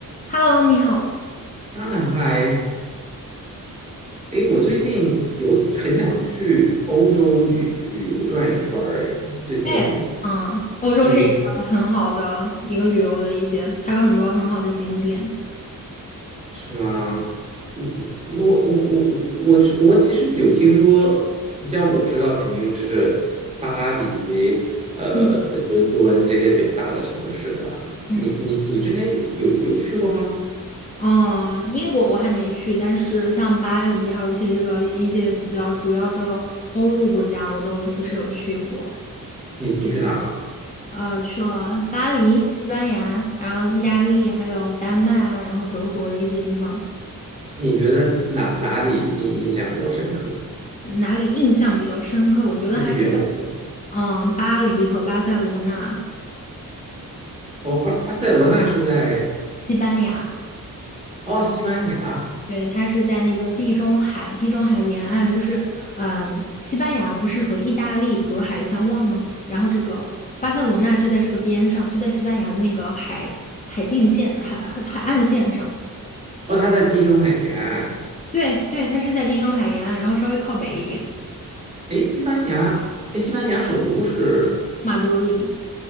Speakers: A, on the left; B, on the right.
A: Hello，你好。
B: 啊，嗨，哎，我最近有很想去欧洲旅旅游转一圈儿，诶，最近
A: 哎，嗯，欧洲是一个很好的一个旅游的一些，
B: 你有
A: 它有很多很好的景点。
B: 是吗？嗯，我我我我我我其实有听说，你像我知道肯定是巴黎、呃伦敦这些比较大的城市了。
A: 嗯，嗯
B: 你你你之前有有有去过吗？
A: 嗯，英国我还没去，但是像巴黎，还有一些这个一些比较主要的欧陆国家，我都其实有去过。
B: 你你去哪儿了？
A: 呃，去了巴黎、西班牙，然后意大利，还有丹麦啊，然后德国的一些地方，
B: 你觉得哪哪里印印象比较深刻？
A: 哪里印象比较深刻？我觉得还是
B: 对你比较死？
A: 嗯，巴黎和巴塞罗那、
B: 哦，巴巴塞罗那是在。
A: 西班牙。
B: 哦，西班牙，
A: 对，它是在那个地中海，地中海沿岸，就是，嗯，西班牙不是和意大利隔海相望吗？然后这个巴塞罗那就在这个边上，就在西班牙的那个海海境线、海海海岸线上。
B: 哦，它在地中海沿岸。
A: 对对，它是在地中海沿岸，然后稍微靠北一点，
B: 诶，西班牙，诶，西班牙首都是
A: 马德里。